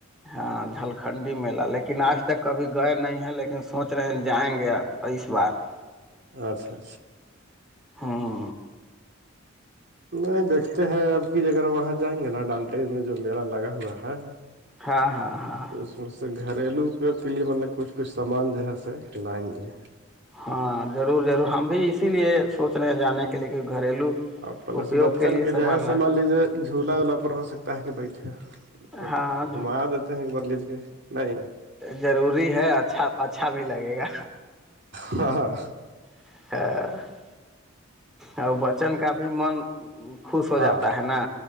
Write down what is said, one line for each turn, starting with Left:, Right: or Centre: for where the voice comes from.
Centre: ہاں جھلکھنڈی میلہ لیکن آج تک کبھی گئے نہیں ہیں لیکن سوچ رہے ہیں جائیں گے اس بار <inaudible>
Right: اچھا اچھا
Centre: ہاں
Right: نہیں دیکھتے ہیں اب کی جگر وہاں جائیں گے نا ڈالٹین میں جو میلہ لگا ہوا ہے
Centre: ہاں ہاں ہاں
Right: تو اس میں سے گھریلو اپیوگ کے لیے مطلب کچھ کچھ سامان جو ہے س لائیں گے
Centre: ہاں ضرور ضرور ہم بھی اسی لیے سوچ رہے ہیں جانے کی لیے کہئی گریلو
Right: اور پلس
Centre: اپیوگ
Right: بچن
Centre: کی لیے
Right: کے جو
Centre: سامان
Right: ہے سے
Centre: لا
Right: مان لیجیے جھولا وولا پر ہو سکتا ہے کہ بیٹھے ب
Centre: ہاں
Right: گھما دیتے ہیں ایک بدلیج کے نہیں
Centre: ضروری ہے اچھا اچھا بھی لگے گا
Right: ہاں ہاں
Centre: <unintelligible> اور بچن کا بھی من خوش ہو
Right: ہاں
Centre: جاتا ہے نا